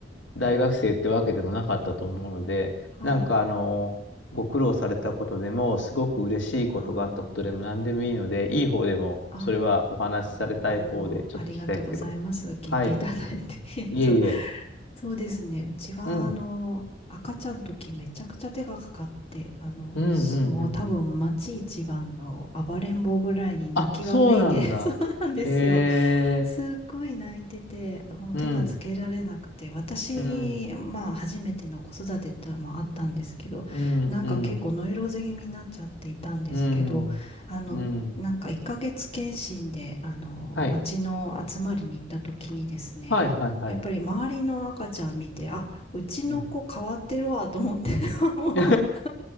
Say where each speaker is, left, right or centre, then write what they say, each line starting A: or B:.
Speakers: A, on the left; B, on the left.
A: 大学生ってわけでもなかったと思うので、
B: はい。
A: なんかあの、ご苦労されたことでも、すごく嬉しいことがあったことでも何でもいいので、
B: あ
A: いい方でも、
B: あ、あ、
A: それはお話しされたい方で、
B: あの、
A: ちょっと聞きたいんですけど。
B: ありがとうございます。聞いていただいて。
A: はい。
B: <laughs> えっと、
A: いえいえ。
B: そうですね。うちは、
A: うん。
B: あの、赤ちゃんの時めちゃくちゃ手がかかって、あの、
A: うん、
B: すもう多分町一番の暴れん坊ぐらいに泣きわめいて、
A: うん、うん、うん。あ、そうなんだ。
B: <laughs> そうなんですよ。
A: へえ。
B: すっごい泣いてて、もう手がつけられなくて、
A: うん。
B: 私に、
A: うん。
B: まあ、初めての子育てってのもあったんですけど、
A: うん。
B: なんか結構ノイローゼ気味になっちゃっていたんですけど、
A: うん。うん。
B: あの、
A: うん。
B: なんか1ヶ月検診で、あの、
A: はい。
B: 町の集まりに行った時にですね、
A: はい、はい、はい。
B: やっぱり周りの赤ちゃん見て、あ、うちの子変わってるわと思って、
A: うん。
B: <laughs> もう
A: <laughs>